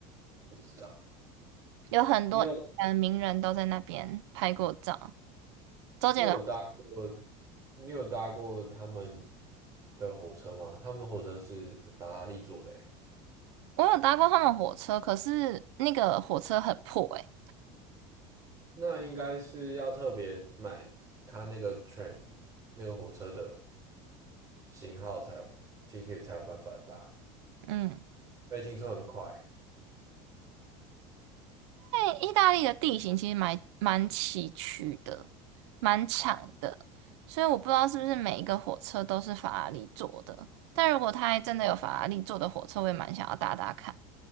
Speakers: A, on the right; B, on the right.
A: 不知道，
B: 有很多嗯名人都在那边拍过照。
A: 你有
B: 周杰伦，
A: 你有搭过，你有搭过他们的火车吗？他们火车是法拉利做的哎，
B: 我有搭过他们火车，可是那个火车很破诶、欸
A: 那应该是要特别买他那个 train 那个火车的型号才有 ticket 才有办法搭，
B: 嗯。
A: 被听说很快。
B: 欸意大利的地形其实蛮蛮崎岖的，蛮长的，所以我不知道是不是每一个火车都是法拉利做的。但如果它还真的有法拉利做的火车，我也蛮想要搭搭看，